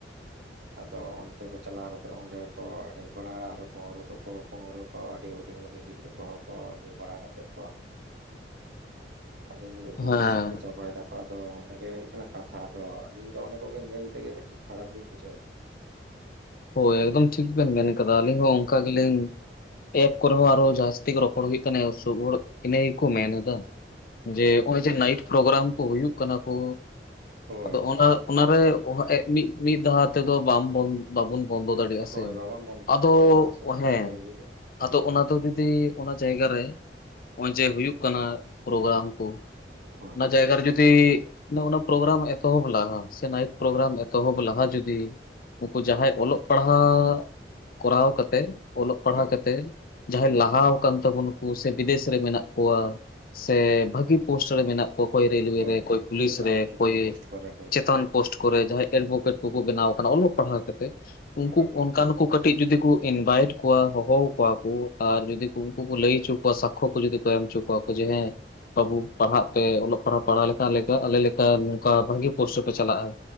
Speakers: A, on the right; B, on the left.
A: ᱟᱫᱚ ᱚᱱᱛᱮ ᱠᱚ ᱪᱟᱞᱟᱣ ᱠᱟᱛᱮ ᱚᱸᱰᱮ ᱠᱚ ᱮᱱᱮᱡ ᱵᱟᱲᱟᱭᱟ ᱟᱨ ᱯᱟᱹᱨᱣᱟᱹ ᱠᱚᱠᱚ ᱠᱩᱢᱨᱩ ᱠᱚ ᱟᱹᱰᱤ ᱦᱩᱰᱤᱧ ᱦᱩᱰᱤᱧ ᱜᱤᱫᱽᱨᱟᱹ ᱠᱚᱦᱚᱸ ᱠᱚ ᱧᱩ ᱵᱟᱲᱟ ᱠᱟᱛᱮᱫ ᱠᱚ ᱟᱫᱚ
B: ᱦᱮᱸ
A: ᱵᱷᱚᱵᱤᱥᱚᱛ ᱠᱚ ᱪᱟᱵᱟᱭᱫᱟ᱾ ᱟᱫᱚ ᱚᱱᱮ ᱜᱮ ᱦᱩᱭᱩᱜ ᱠᱟᱱᱟ ᱠᱟᱛᱷᱟ ᱟᱫᱚ ᱟᱹᱞᱤᱧ ᱫᱚ ᱚᱱᱮ ᱠᱚᱜᱮ ᱧᱮᱞ ᱛᱮᱜᱮ ᱠᱟᱹᱴᱤᱡ ᱠᱷᱟᱨᱟᱯ ᱜᱤᱧ ᱵᱩᱡᱷᱟᱹᱣ ᱜᱮᱭᱟ᱾
B: ᱦᱚᱭ ᱮᱠᱫᱚᱢ ᱴᱷᱤᱠ ᱵᱮᱱ ᱢᱮᱱ ᱟᱠᱟᱫᱟ ᱟᱹᱞᱤᱧ ᱦᱚᱸ ᱚᱝᱠᱟ ᱜᱮᱞᱤᱧ ᱮᱯ ᱠᱚᱨᱮ ᱦᱚᱸ ᱟᱨᱚ ᱡᱟᱹᱥᱛᱤ ᱜᱮ ᱨᱚᱯᱚᱲ ᱦᱩᱭᱩᱜ ᱠᱟᱱᱟ ᱥᱚᱜᱚᱲ ᱤᱱᱟᱹ ᱜᱮᱠᱩ ᱢᱮᱱ ᱮᱫᱟ ᱡᱮ
A: ᱦᱳᱭ
B: ᱱᱚᱜᱼᱚᱭ ᱡᱮ ᱱᱟᱭᱤᱴ ᱯᱨᱚᱜᱨᱟᱢ ᱠᱚ ᱦᱩᱭᱩᱜ ᱠᱟᱱᱟ ᱠᱚ
A: ᱦᱳᱭ
B: ᱟᱫᱚ ᱚᱱᱟ
A: ᱦᱳᱭ ᱜᱚᱝᱠᱮ
B: ᱚᱱᱟᱨᱮ ᱢᱤᱫ ᱢᱤᱫ ᱫᱷᱟᱣ ᱛᱮᱫᱚ ᱵᱟᱝ ᱵᱚᱱ ᱵᱟᱵᱚᱱ ᱵᱚᱱᱫᱚ ᱫᱟᱲᱮᱭᱟᱜᱼᱟ
A: ᱦᱳᱭ
B: ᱥᱮ᱾
A: ᱵᱟᱵᱚᱱ ᱵᱚᱱᱫᱚ ᱫᱟᱲᱮᱭᱟᱜᱼᱟ
B: ᱟᱫᱚ
A: ᱚᱱᱟ ᱫᱚ ᱟᱥᱚᱞᱮ
B: ᱦᱮᱸ
A: ᱦᱳᱭ ᱞᱟᱹᱭᱵᱤᱱ
B: ᱟᱫᱚ ᱚᱱᱟ ᱫᱚ ᱡᱩᱫᱤ ᱚᱱᱟ ᱡᱟᱭᱜᱟ ᱨᱮ ᱱᱚᱜᱼᱚᱭ ᱡᱮ ᱦᱩᱭᱩᱜ ᱠᱟᱱᱟ ᱯᱨᱚᱜᱨᱟᱢ ᱠᱚ
A: ᱦᱳᱭ
B: ᱚᱱᱟ ᱡᱟᱭᱜᱟ ᱨᱮ ᱡᱩᱫᱤ ᱚᱱᱟ ᱯᱨᱚᱜᱨᱟᱢ ᱮᱛᱚᱦᱚᱵ ᱞᱟᱦᱟ ᱥᱮ ᱱᱟᱭᱤᱴ ᱯᱨᱚᱜᱨᱟᱢ ᱮᱛᱚᱦᱚᱵ ᱞᱟᱦᱟ ᱡᱩᱫᱤ ᱩᱱᱠᱩ ᱡᱟᱦᱟᱸᱭ ᱚᱞᱚᱜ ᱯᱟᱲᱦᱟᱣ ᱠᱚᱨᱟᱣ ᱠᱟᱛᱮ ᱚᱞᱚᱜ ᱯᱟᱲᱦᱟᱣ
A: ᱦᱳᱭ
B: ᱠᱟᱛᱮᱫ ᱡᱟᱦᱟᱸᱭ ᱞᱟᱦᱟ ᱟᱠᱟᱱ ᱛᱟᱵᱚᱱ ᱠᱩ ᱥᱮ ᱵᱤᱫᱮᱥ ᱨᱮ ᱢᱮᱱᱟᱜ ᱠᱚᱣᱟ ᱥᱮ ᱵᱷᱟᱹᱜᱤ ᱯᱚᱥᱴ ᱨᱮ ᱢᱮᱱᱟᱜ ᱚᱠᱚᱭ ᱨᱮᱞᱣᱩ
A: ᱦᱳᱭ
B: ᱨᱮ ᱚᱠᱚᱭ
A: ᱦᱳᱭ
B: ᱯᱩᱞᱤᱥ
A: ᱪᱮᱛᱟᱱ
B: ᱨᱮ
A: ᱪᱮᱛᱟᱱ
B: ᱚᱠᱚᱭ
A: ᱯᱳᱥᱴ ᱠᱚᱨᱮ ᱦᱳᱭ
B: ᱪᱮᱛᱟᱱ ᱯᱚᱥᱴ ᱠᱚᱨᱮ ᱡᱟᱦᱟᱸᱭ ᱮᱰᱵᱚᱠᱮᱴ ᱠᱩᱠᱩ ᱵᱮᱱᱟᱣ ᱟᱠᱟᱱᱟ ᱚᱞᱚᱜ ᱯᱟᱲᱦᱟᱣ ᱠᱟᱛᱮᱫ ᱩᱱᱠᱩ
A: ᱦᱳᱭ ᱜᱚᱝᱠᱮ
B: ᱚᱱᱠᱟᱱ ᱠᱩ ᱠᱟᱹᱴᱤᱡ ᱡᱩᱫᱤ ᱠᱩ ᱤᱱᱵᱷᱟᱭᱤᱴ ᱠᱚᱣᱟ ᱦᱚᱦᱚᱣᱟ ᱠᱚᱣᱟᱠᱩ ᱟᱨ ᱡᱩᱫᱤ ᱩᱱᱠᱩ ᱞᱟᱹᱭ ᱦᱚᱪᱚ ᱠᱩᱣᱟ ᱥᱟᱠᱷᱚ ᱠᱚ ᱡᱩᱫᱤ ᱠᱩ ᱮᱢ ᱦᱚᱪᱚ ᱠᱚᱣᱟᱠᱩ <unintelligible> ᱵᱟᱹᱵᱩ ᱯᱟᱲᱦᱟᱜ ᱯᱮ ᱚᱞᱚᱜ ᱯᱟᱲᱦᱟᱜ ᱯᱟᱲᱦᱟᱣ ᱞᱮᱠᱷᱟᱱ ᱟᱞᱮ ᱞᱮᱠᱟ ᱱᱚᱝᱠᱟ ᱵᱷᱟᱹᱜᱤ ᱯᱳᱥᱴ ᱨᱮᱯᱮ ᱪᱟᱞᱟᱜ-ᱟ᱾